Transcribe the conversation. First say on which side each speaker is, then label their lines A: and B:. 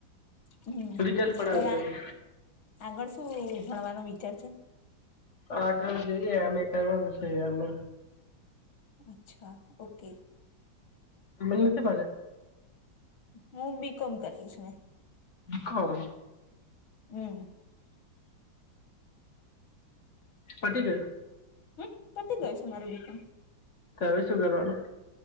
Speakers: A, on the left (about 85°); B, on the left (about 35°).
A: હમ
B: રિઝલ્ટ પણ
A: તો
B: આવી ગયું
A: આ આગળ શું ભણવાનો વિચાર છે.
B: આગળ જોઈએ અમે કરવાનું છે અમે.
A: અચ્છા ઓકે.
B: મેને નથી પાડે.
A: હું બી કોમ કરીશ ને.
B: હારું.
A: હું.
B: પટી ગયું.
A: હમ પતી ગય છે મારું બીકન
B: હવે શું કરવાનું